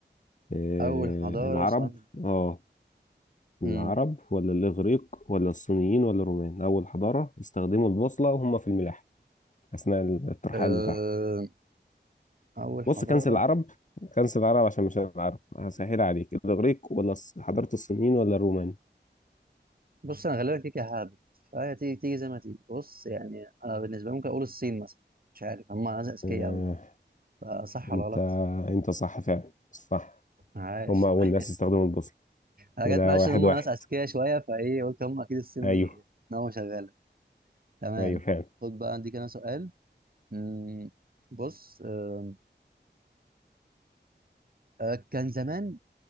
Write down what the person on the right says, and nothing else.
أول حضارة
سؤال
مم.
أه،
أول حضارة
بص أنا غالبا كيكة هابت فهي تيجي تيجي زي ما تيجي بص يعني أنا بالنسبة لي ممكن أقول الصين مثلا مش عارف هم ناس أذكياء
أوي فصح ولا
غلط
عاش
<laughs>
انا
جت معلش
ان هم
ناس اذكياء شويه فايه قلت هم اكيد الصين
دي
نومه شغاله تمام
خد بقى عندي كده سؤال مم، بص آه، آه، كان زمان